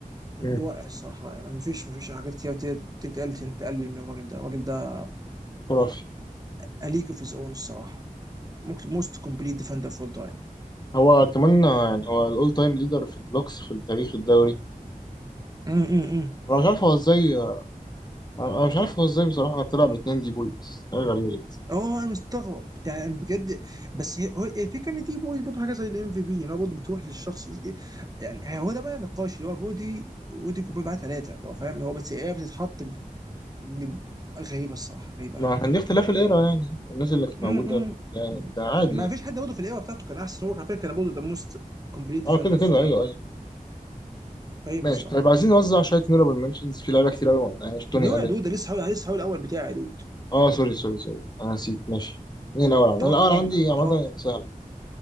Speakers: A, on the left; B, on the right.
A: مم.
B: رائع الصراحه رائع مفيش مفيش حاجات كتير تت- تتقال تقلل من الراجل ده الراجل ده
A: خرافي
B: A League of His Own الصراحة ممكن most complete defender of all time
A: هو كمان آه، يعني هو الأول تايم ليدر في البلوكس في تاريخ الدوري
B: أمم، أمم، أمم.
A: أنا مش عارف هو إزاي انا مش عارف هو ازاي بصراحه طلع باتنين دي بوي بس حاجه غريبه جدا
B: اه انا مستغرب يعني بجد بس هي هو- الفكره ان دي بودي برضه حاجه زي الام في بي ان هو برضه بتروح للشخص زي- يعني هو ده بقى النقاش اللي هو بودي ودي كوبي معاه ثلاثه اللي هو فاهم هو بس هي بتتحط ب... ب... غريبه الصراحه غريبه
A: ما
B: قوي
A: عن دي اختلاف الايرا يعني الناس اللي كانت
B: م-
A: موجوده
B: م.
A: يعني بتاع عادي
B: ما
A: يعني
B: فيش حد برضه في الايرا بتاعته كان احسن هو على فكره كان برضه ده موست كومبليت ديفندر
A: اه كده كده
B: في الايرا
A: ايوه
B: بتاعته
A: ايوه
B: غريبه
A: ماشي
B: الصراحه
A: طيب عايزين نوزع شويه نورابل منشنز في لعيبه كتير قوي يعني مش توني
B: نو
A: الين
B: يا دود ده لسه حاول لسه حاول الاول بتاعي يا دود
A: اه سوري سوري سوري انا نسيت ماشي مين الاول عندي
B: توقع
A: الاول عندي
B: من...
A: عامه
B: توقع
A: يعني سهل